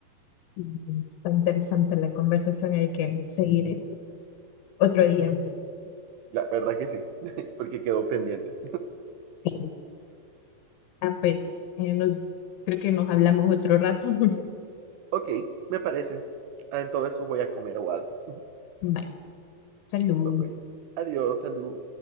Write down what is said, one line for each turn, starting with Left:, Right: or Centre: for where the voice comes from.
Left: Y Está interesante la conversación, hay que seguir otro día.
Right: La verdad que sí, <laughs> porque quedó pendiente.
Left: Sí, ah, pues eh, no- creo que nos hablamos otro rato. <laughs>
Right: Ok, me parece. Ah, En todo eso voy a comer o algo.
Left: Bye, salud.
Right: Bueno, Pues, adiós, salud.